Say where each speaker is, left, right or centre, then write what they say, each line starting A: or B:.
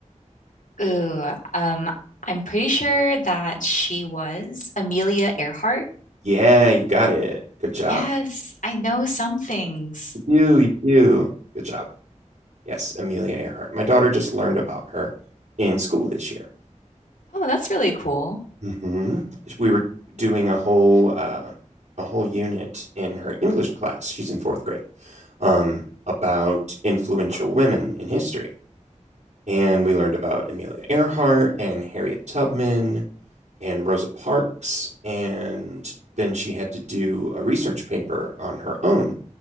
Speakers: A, on the left; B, on the right.
A: Ooh, um, I'm pretty sure that she was Amelia Earhart.
B: Yeah, you got it. Good job.
A: Yes, I know some things.
B: You do, you do. Good job. Yes, Amelia Earhart. My daughter just learned about her in school this year.
A: Oh, that's really cool.
B: hmm We were doing a whole uh, a whole unit in her English class. She's in fourth grade. Um, about influential women in history, and we learned about Amelia Earhart and Harriet Tubman and Rosa Parks, and then she had to do a research paper on her own